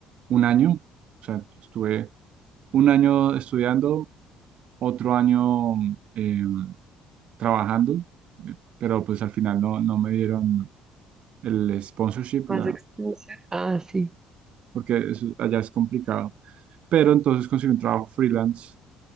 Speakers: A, on the right (about 50°); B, on the right (about 25°).
A: un año, o sea, estuve un año estudiando, otro año eh, trabajando, eh, pero pues al final no, no me dieron el sponsorship,
B: Más
A: la,
B: extensión. Ah, sí.
A: porque es- allá es complicado. Pero entonces conseguí un trabajo freelance